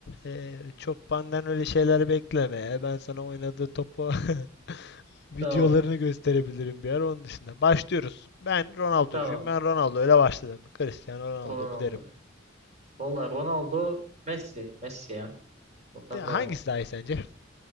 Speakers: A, on the left; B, on the right.
A: e, çok benden öyle şeyler bekleme. ya. Ben sana oynadığı topu <laughs> videolarını
B: Tamam.
A: gösterebilirim bir ara onun dışında. Başlıyoruz. Ben Ronaldo'cuyum.
B: Tamam.
A: Ben Ronaldo öyle başladım. Cristiano Ronaldo
B: Ronaldo.
A: mu derim.
B: Vallahi Ronaldo Messi. Messi ya. Oradan
A: Ya
B: devam.
A: hangisi daha iyi sence?